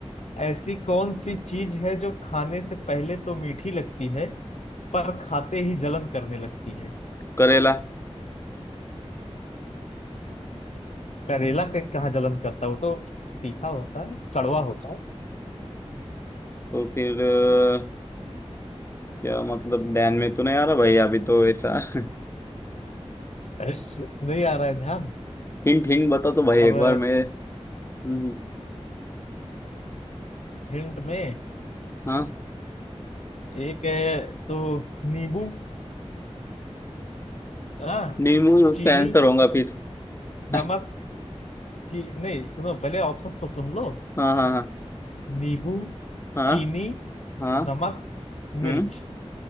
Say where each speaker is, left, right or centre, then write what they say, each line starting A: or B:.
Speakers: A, on the left; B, on the left.
A: ऐसी कौन सी चीज है जो खाने से पहले तो मीठी लगती है पर खाते ही जलन करने लगती है
B: करेला
A: करेला के कहाँ जलन करता है? वो तो तीखा होता है कड़वा होता
B: तो फिर अ, क्या मतलब ध्यान में तो नहीं आ रहा भाई अभी तो ऐसा <laughs>
A: है नहीं आ रहा है ध्यान
B: हिंट हिंट बता तो भाई
A: अब
B: एक बार मैं हम्म,
A: हिंट में
B: हाँ
A: एक है तो नींबू हाँ
B: नींबू
A: चीनी
B: का आंसर होगा फिर <laughs>
A: नमक
B: हाँ
A: ची नहीं सुनो पहले ऑप्शंस तो सुन लो
B: हाँ
A: नींबू
B: हाँ
A: चीनी
B: हाँ हाँ
A: नमक
B: हम्म
A: मिर्च